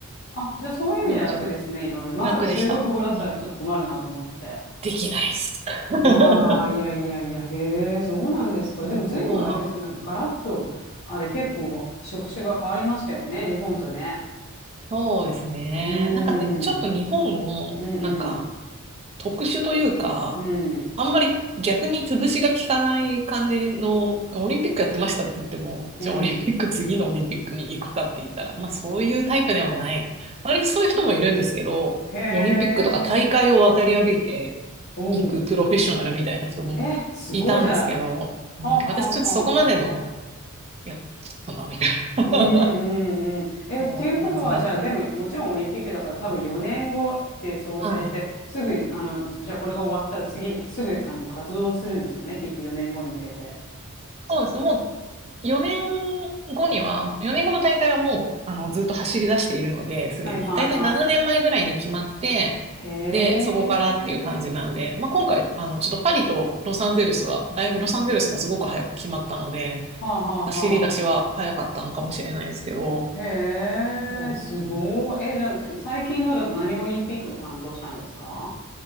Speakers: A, on the left; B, on the right.
A: あ、じゃあそういう意味では楽ですね、
B: 大丈夫。
A: いろいろ。まさか中国語だったらちょっと困るなと思って。
B: 楽でした。うん。できないっす。<laughs>
A: いやー、いやいやいや、へえ、そうなんですか。
B: もうそうなん。
A: でも随分あれですよ。なんかガラッと、あれ結構職種が変わりましたよね。日本とね。
B: <laughs> そうですね。
A: うー
B: なんかでもちょっと日本も、
A: ん。うんうん。
B: なんか、特殊というか、
A: うん。
B: あんまり逆に潰しが効かない感じの、オリンピックやってましたって言っても、
A: うん。
B: じゃあオリンピック次のオリンピックに行くかって言ったら、まあそういうタイプではない。割とそういう人もいるんですけど、
A: へえ。
B: もうオリンピックとか大会を渡り歩いて
A: おう。
B: いくプロフェッショナルみたいな人もいたんですけど、
A: え、すごい、じゃあ。はあはあはあ。
B: うん、私ちょっとそこまでの、いや、ちょっとな、みたいな
A: うんうんうん。
B: <laughs>
A: え、
B: そう感じだっ
A: っていうことは、じゃあ、でも、もちろんオリンピックだから多分4年後って想定して、
B: た。はい。
A: すぐ、あの、じゃあこれが終わったら次、すぐ、あの、活動するんですよね。きっと4年後に向けて。
B: そうです。もう4年後には、4年後の大会はもう、あの、ずっと走り出しているので、すでに。
A: はいはいはい。
B: だいたい7年前ぐらいに決まって、
A: へえ。
B: で、そこからっていう感じなんで、まあ、今回、あの、ちょっとパリとロサンゼルスは、だいぶロサンゼルスがすごく早く決まったので、
A: はあはあは
B: 走り出しは早かったのかもしれないですけど、
A: あ。へえ、
B: もう、
A: すごい。え、じゃあ、最近のだと何オリンピックを担当したんですか